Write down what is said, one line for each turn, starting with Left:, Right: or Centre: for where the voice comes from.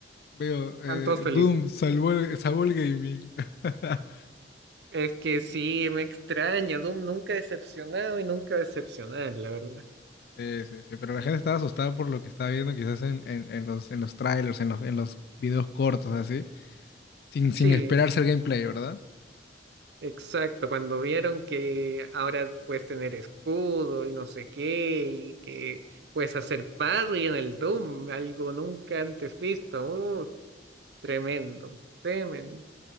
Left: veo,
Right: Están
Left: eh,
Right: todos felices.
Left: Doom salvó, el- salvó el gaming. <laughs>
Right: Es que sí, me extraña, Doom nunca decepcionado y nunca decepcionar, la verdad.
Left: Sí, sí, sí, pero la gente estaba asustada por lo que estaba viendo quizás en, en- en los, en los trailers, en los, en los videos cortos, así, sin, sin
Right: Sí.
Left: esperarse el gameplay, ¿verdad?
Right: Exacto, cuando vieron que ahora puedes tener escudo y no sé qué, y que puedes hacer parry en el Doom, algo nunca antes visto. Uh, tremendo, tremendo.